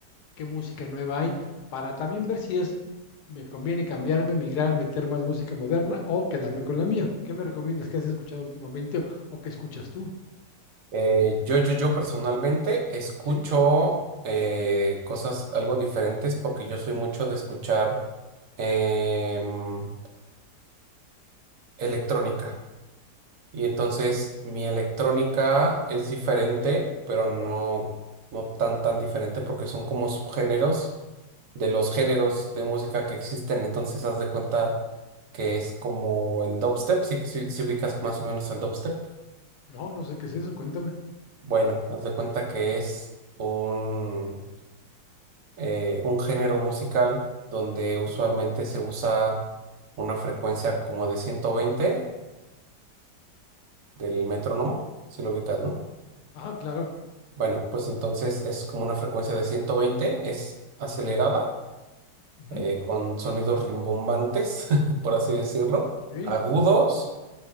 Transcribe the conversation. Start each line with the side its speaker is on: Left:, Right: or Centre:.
Left: qué música nueva hay, para también ver si es, me conviene cambiarme, migrar, meter más música moderna o quedarme con la mía. ¿Qué me recomiendas? ¿Qué has escuchado últimamente o qué escuchas tú?
Right: Eh, yo, yo, yo personalmente escucho
Left: ¿Sí?
Right: eh, cosas algo diferentes porque yo soy mucho de escuchar em, electrónica. Y entonces mi electrónica es diferente, pero no, no tan, tan diferente porque son como subgéneros de los géneros de música que existen. Entonces, haz de cuenta que es como el dubstep, si, si, si ubicas más o menos el dubstep.
Left: No, no sé qué es eso, cuéntame.
Right: Bueno, haz de cuenta que es un, eh, un género musical donde usualmente se usa una frecuencia como de 120 del metrónomo, si lo ubicas, ¿no?
Left: Ajá, claro.
Right: Bueno, pues entonces es como una frecuencia de 120, es acelerada,
Left: Ujú,
Right: eh, con sonidos rimbombantes, <laughs> por así decirlo,
Left: okey,
Right: agudos